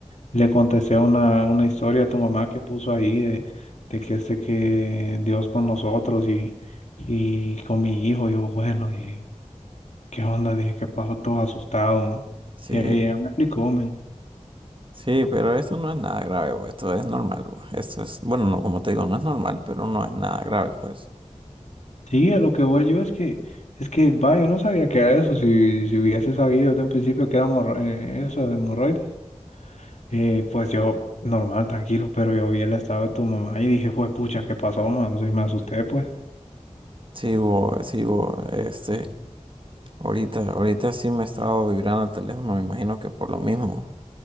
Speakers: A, on the left; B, on the right.
A: le contesté una, una historia a tu mamá que puso ahí de, de que este que Dios con nosotros y, y con mi hijo. Yo, bueno, dije, ¿qué onda? Dije, ¿qué pasó? Todo asustado, man.
B: sí,
A: Y ella me explicó, men.
B: sí, pero esto no es nada grave, vos, Esto es normal, vos, Esto es, bueno, no, como te digo, no es normal, pero no es nada grave, pues.
A: Sí, a lo que voy yo es que, es que, va, yo no sabía que era eso. Si, si hubiese sabido desde un principio que era hemorro- eh, eso de hemorroides, eh, pues yo, normal, tranquilo, pero yo vi el estado de tu mamá y dije, pues, pucha, ¿qué pasó, man? O sea, me asusté, pues.
B: Sí, vos, sí, vos, este, ahorita, ahorita sí me he estado vibrando el teléfono, me imagino que por lo mismo.